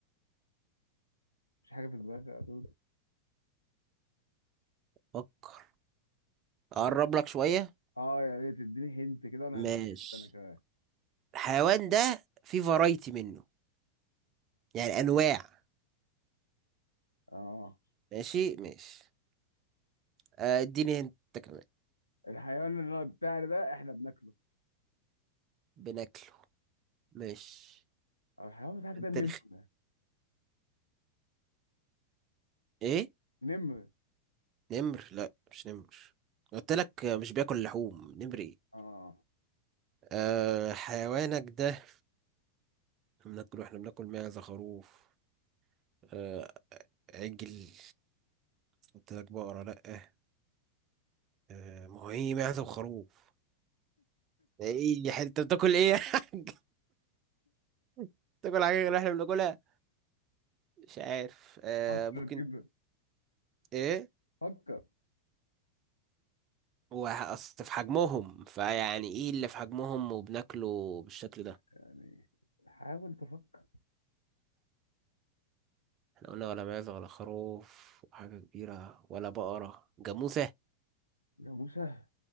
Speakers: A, on the left; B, on the right.
A: مش حاجه في دماغي يا دود
B: فكر اقرب لك شوية
A: اه يا ريت تديني هنت كده وانا
B: ماشي
A: هديك هنت انا كمان
B: الحيوان ده في فرايتي منه يعني انواع
A: اه
B: ماشي ماشي آه، اديني انت كمان
A: الحيوان اللي انا بتاعي ده احنا بناكله
B: بناكله ماشي
A: او الحيوان بتاعك ده
B: انت
A: نمر
B: رخي ايه
A: نمر
B: نمر لا مش نمر قلت لك مش بياكل لحوم نمر ايه
A: اه
B: أه حيوانك ده بناكل واحنا بناكل معزة خروف آه عجل قلت لك بقرة لأ آه ما هو ايه معزة وخروف ايه يا حاج انت بتاكل ايه يا حاج <laughs> بتاكل حاجة غير اللي احنا بناكلها مش عارف آه
A: فكر
B: ممكن
A: كده
B: ايه
A: فكر
B: هو اصل في حجمهم فيعني ايه اللي في حجمهم وبناكله بالشكل ده
A: يعني حاول تفكر
B: احنا قلنا ولا معزة ولا خروف وحاجة كبيرة ولا بقرة جاموسة
A: يا موسى